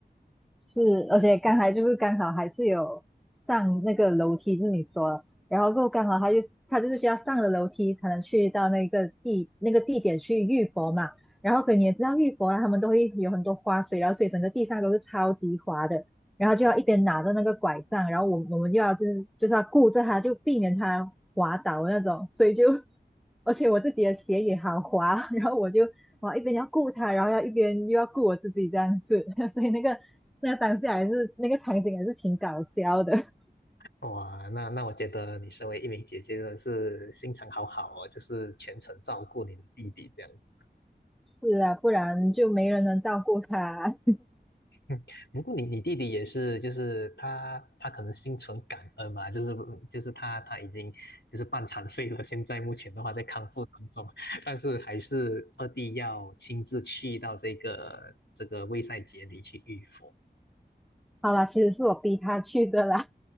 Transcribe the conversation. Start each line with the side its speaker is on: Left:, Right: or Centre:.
Centre: 是，而且刚才就是刚好还是有上那个楼梯，就是你说的，然后过后刚好他就他就是需要上了楼梯才能去到那个地那个地点去浴佛嘛，然后所以你也知道浴佛啦，他们都会有很多花水，然后所以整个地上都是超级滑的，然后就要一边拿着那个拐杖，然后我我们就要就是就是要顾着他，就避免他滑倒那种，所以就 <laughs> 而且我自己的鞋也好滑，然后我就哇一边要顾他，然后要一边又要顾我自己这样子，<laughs> 所以那个那当下还是那个场景还是挺搞笑的。<laughs>
Left: 哇，那那我觉得你身为一名姐姐真的是心肠好好哦，就是全程照顾你的弟弟这样子。
Centre: 是啊，不然就没人能照顾他。
Left: 嗯，不过你你弟弟也是，就是他他可能心存感恩嘛，就是嗯就是他他已经就是半残废了，现在目前的话在康复当中，<laughs> 但是还是二弟要亲自去到这个这个卫塞节里去浴佛。
Centre: <laughs> 好啦，其实是我逼他去的啦，